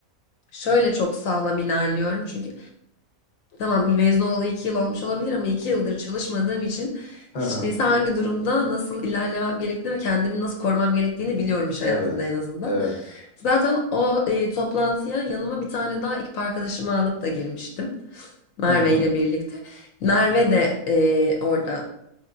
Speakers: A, on the left; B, on the left.
A: şöyle çok sağlam ilerliyorum. Çünkü Tamam mezun olalı iki yıl olmuş olabilir ama iki yıldır çalışmadığım için
B: Hı
A: hiç
B: hı.
A: değilse hangi durumda nasıl ilerlemem gerektiğini ve kendimi nasıl korumam gerektiğini biliyorum iş
B: Evet.
A: hayatında en azından.
B: Evet.
A: Zaten o e, toplantıya yanıma bir tane daha ekip arkadaşımı alıp da girmiştim. Merve
B: Hı hı.
A: ile birlikte. Merve de e, orada